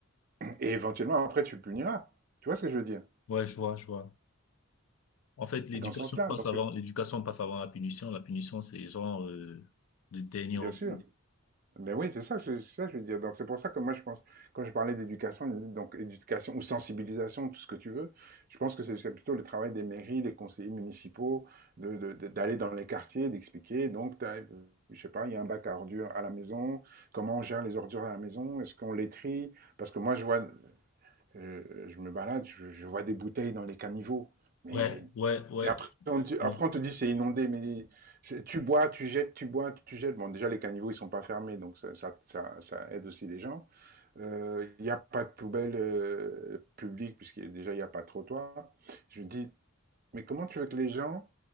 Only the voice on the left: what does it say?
Ouais, je vois, je vois. En fait, l'éducation
passe
avant, l'éducation passe avant la punition. La punition, c'est genre euh, le dernier
recours.
Ouais, ouais, ouais,
ouais,